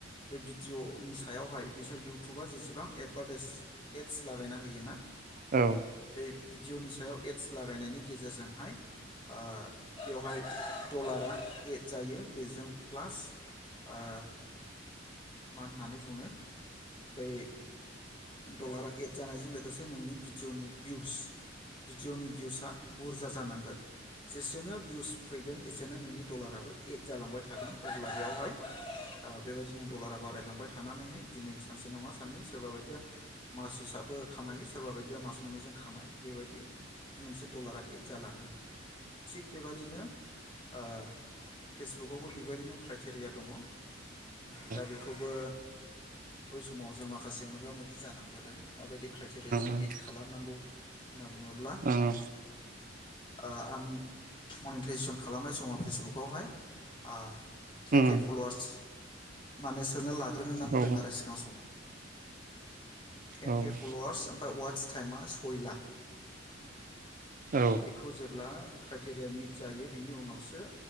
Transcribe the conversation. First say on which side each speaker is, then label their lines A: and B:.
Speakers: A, on the left; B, on the right.
A: बे भिडिअनि सा सायावहाय बिसोर इउटुबा जेसेबां एडभार्टाइस एड्स लागायना होयोना
B: औ।
A: बे भिडिअ'नि सायाव एद्स लागायनायनि गेजेरजोंहाय ओ बेवहाय डलारा एड जायो बेजों प्लास ओ मा होननानै बुङो बै डलारा एड जानायजों लोगोसे नोंनि भिडिअ'नि बिउस भिडिअनि बिउसआ बुरजा जानां जेसेनो बिउस फैगोन एसेनो नोंनि डलाराबो एड जालांबाय थागोन। अब्ला बेयावहाय ओ बेबायदिनो डलारा बारायलांबाय थानानैहाय दिनै सानसे नङा साननै सोरबा बायदिया मास हिसाबो। खामायो सोरबा बायदिया मास मोननैजों खामायो बेबायदि मोनसे डलारा एद जालाङो थिग बेबादिनो ओ फेसबुकआवबो बेबायदिनो क्राइटेरिया दङ। दा बेखौबो
B: औ
A: बै समाव जों माखासे मोगा <unintelligible> जानांबोदों। माबायदि क्राइटेरियाजों
B: औ
A: मिट खालामनांगौ होनना बुङोब्ला
B: औ ओं
A: ओ आं मनिटाइजेसन खालामनाय समाव फेसबुक <unintelligible>
B: ओं
A: टेन
B: उम
A: केे फलवार्स माने सोना <unintelligible> <unintelligible> नांदों
B: औ
A: आरो सिगां समाव। टेन
B: औ ओं
A: केे फल'वार्स ओमफ्राय वाट्स टाइमा सय लाख।
B: औ
A: बेखौ जेब्ला क्राइटेरिया मिट जायो बिनि उनावसो